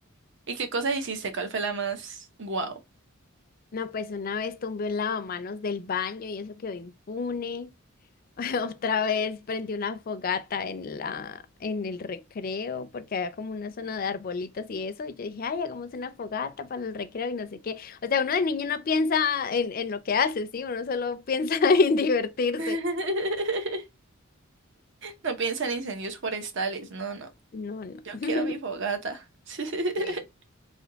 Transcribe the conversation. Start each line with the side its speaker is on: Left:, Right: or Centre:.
Right: ¿Y qué cosas hiciste? ¿Cuál fue la más guau?
Left: No, pues una vez tumbé un lavamanos del baño y eso quedó impune. <laughs> Otra vez prendí una fogata en la, en el recreo, porque había como una zona de arbolitos y eso, y yo dije, ay, hagamos una fogata para el recreo y no sé qué. O sea, uno de niño no piensa en, en lo que hace, ¿sí? Uno solo piensa <laughs> en divertirse.
Right: <laughs> No piensa en incendios forestales, no, no.
Left: No, no.
Right: Yo quiero mi fogata.
Left: <laughs>
Right: <laughs>
Left: Sí.